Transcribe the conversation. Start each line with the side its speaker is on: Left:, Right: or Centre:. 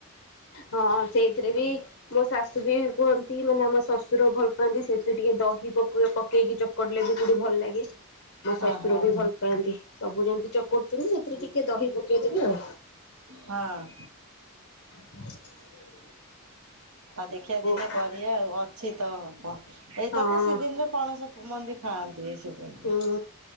Left: ହଁ ସେଇଥିରେ ବି ମୋ ଶାଶୂ ଶୂ ବି କୁହନ୍ତି ମାନେ ଆମ ସ ଶ୍ଵଶୁର ଭଲ ପାଆନ୍ତି ସେଥିରେ ଟିକେ ଦହି ପକୋଇ ପକେଇକି ଚକଟି ଟିଲେ ବି କୋଉଠି ଭଲ ଲାଗେ। ମୋ
Right: ହଁ
Left: ଶ୍ଵଶୁର
Right: ହଁ
Left: ବି ଭଲ ପାଆନ୍ତି। ସବୁ ଯେମିତି ଚକଟୁଛନ୍ତି ସେଥିରେ ଟିକେ ଦହି ପକେଇଦେବେ ଆଉ।
Right: ହଁ।
Left: <inaudible>
Right: ଆଉ ଦେଖିଆ ଦିନେ
Left: ଆଉ
Right: କରିଆ ଆଉ ଅଛି ତ। <unintelligible> ଏଇଟା
Left: ହଁ
Right: ତ ସେଦିନର ପଣସ ମଞ୍ଜି ଖାଆନ୍ତି। ସିଜିନରେ
Left: ହୁଁ